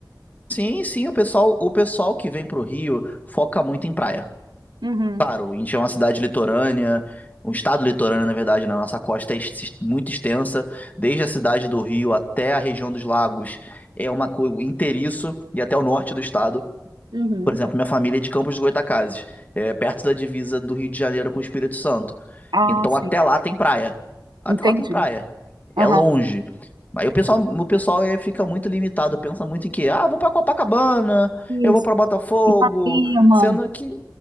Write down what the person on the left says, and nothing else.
Sim, sim, o pessoal, o pessoal que vem pro Rio foca muito em praia.
Claro, a gente é uma cidade litorânea, um estado litorâneo, na verdade, né? Nossa costa é ex- muito extensa, desde a cidade do Rio até a região dos lagos, é uma coisa inteiriço e até o norte do estado.
Por exemplo, minha família é de Campos do Goytacazes, é perto da divisa do Rio de Janeiro com o Espírito Santo.
Então
até lá tem praia. Até
lá tem praia. É
longe. Aí o pessoal, o pessoal é, fica muito limitado, pensa muito em que, ah, vou pra Copacabana,
eu vou pra Botafogo,
sendo que